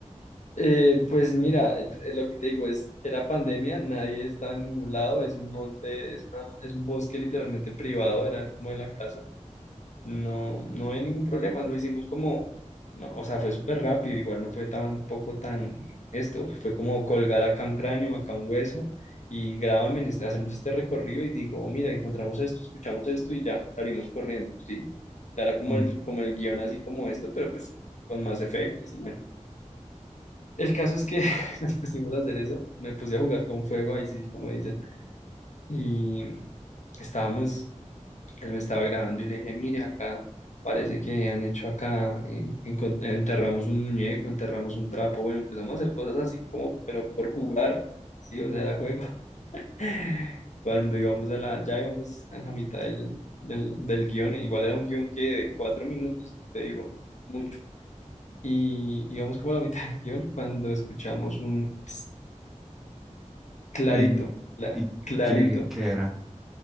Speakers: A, on the left (about 70°); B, in the centre.
A: Eh, pues mira, eh, eh, lo que te digo es, era pandemia, nadie estaba en ningún lado, es un monte, es, una- es un bosque literalmente privado, era como de la casa. No, no había ningún problema, lo hicimos como, no, o sea, fue súper rápido, igual no fue tampoco tan esto, fue como colgar acá un cráneo, acá un hueso y grábame, en este- hacemos este recorrido y digo, mira, encontramos esto, escuchamos esto y ya salimos corriendo, ¿sí? O sea, Era como
B: Mm.
A: el, como el guión así como esto, pero pues con más efectos y bueno. El caso es que <laughs> nos pusimos a hacer eso, me puse a jugar con fuego, ahí sí, como dicen, y estábamos él me estaba grabando y le dije, mire, acá parece que han hecho acá, eh, encon- enterramos un muñeco, enterramos un trapo, bueno, empezamos a hacer cosas así como, pero por jugar, sí, o sea, era juego. <laughs> Cuando íbamos a la, ya íbamos a la mitad del, del, del guión, igual era un guión que de cuatro minutos, te digo, mucho. Y íbamos como a la mitad del guión cuando escuchamos un "Ps", clarito,
B: ¿Y,
A: cla-
B: y
A: clarito.
B: qué, qué era?